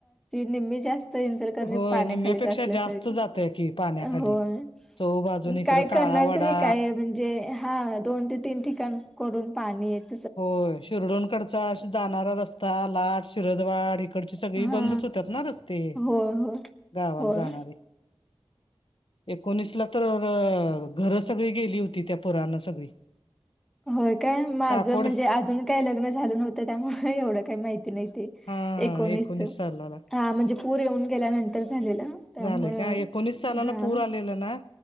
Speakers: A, in the centre; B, on the left.
A: निम्मी जास्त पूर्ण इचलकरंजी
B: होय
A: पाण्याखालीच
B: निम्म्यापेक्षा
A: असल्यासारखं
B: जास्त जातय की पाण्याखाली
A: ह
B: चहू बाजून इकडं
A: काय
B: काळावडा
A: करणार तरी काय म्हणजे हा दोन ते तीन ठिकाण कडून पाणी येत.
B: होय शिरडोंकडचा अस जाणारा रस्ता लाट, शिरदवाड इ इकडची सगळी
A: हा
B: बंदच होतात. ना रस्ते
A: होय होय
B: गावाला
A: होय.
B: जाणारे एकोणीसला तर घरं सगळी गेली होती. त्या पुरानं सगळी
A: होय काय माझं
B: टाकोड
A: म्हणजे अजून काय लग्न झालं नव्हतं त्यामुळे एवढं काही माहिती नाही. ते
B: हा हा
A: एकोणीस
B: सालाला
A: हा म्हणजे पूर येऊन गेल्यानंतर झालेला त्यामुळं
B: झालंय का एकोणीस सालाला
A: हा
B: पूर आलेला ना